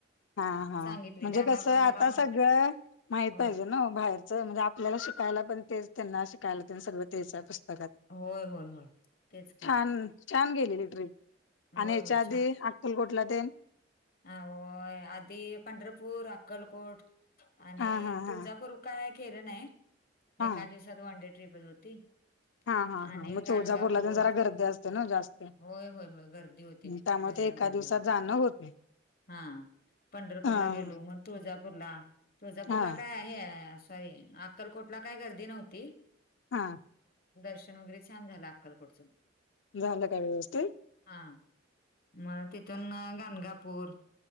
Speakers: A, on the left; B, on the left.
A: हा हा
B: सांगितले
A: म्हणजे
B: त्यांना
A: कसं
B: पण त्याला
A: आता
B: पण
A: सगळं माहित
B: होय
A: पाहिजे न बाहेरच म्हणजे आपल्याला शिकायला पण ते त्यांना शिकायला त्यां सगळं तेच्या पुस्तकात
B: होय होय होय तेच के.
A: छान छान गेलेली ट्रीप
B: होय
A: आणि याच्या
B: होय
A: आधी अककुलकोटला देईन.
B: ह आधी पंढरपूर अक्कलकोट आणि
A: हा हा हा
B: तुळजापूर काय केलं नाही
A: हा
B: एका दिवसात वन डे ट्र्रीपच होती.
A: हा हा
B: आणि
A: हा मग
B: गणगापूर
A: तुळजापूरला तेन जरा गर्दी असते ना जास्त.
B: होय होय होय. गर्दी होती
A: त्यामुळे
B: भयानक
A: ते एका
B: गर्दी
A: दिवसात
B: होती.
A: जाणं होत नाही.
B: हा पंढरपूरला
A: हा
B: गेलो मग तुळजापूरला तुळजापूरला
A: हा
B: काय? हे सॉरी अक्कलकोटला काय गर्दी नव्हती.
A: हा.
B: दर्शन वगैरे छान झालं अक्कलकडचून
A: जालं काय व्यवस्े
B: हा मग तिथून गणगापूर